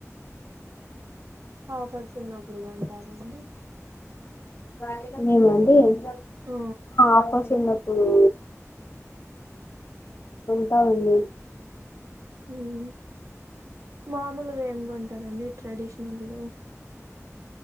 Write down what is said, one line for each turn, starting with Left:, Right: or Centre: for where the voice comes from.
Right: ఆఫర్స్ ఉన్నప్పుడు కొంటారా అండి
Left: హ్మ్
Right: ఆ
Left: ఆఫర్స్ ఉన్నపుడు కొంటా నండి
Right: హ్మ్మ్ మాములు వి ఎం కొంటారండి ట్రెడిషనల్ లో?